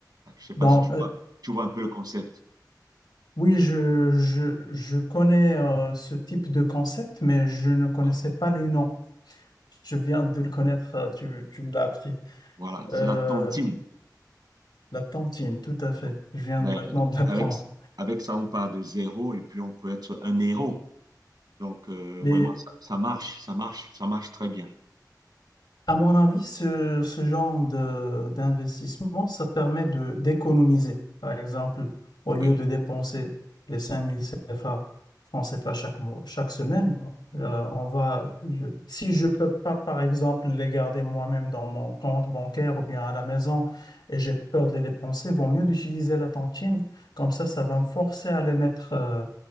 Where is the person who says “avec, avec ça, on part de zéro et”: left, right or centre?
Right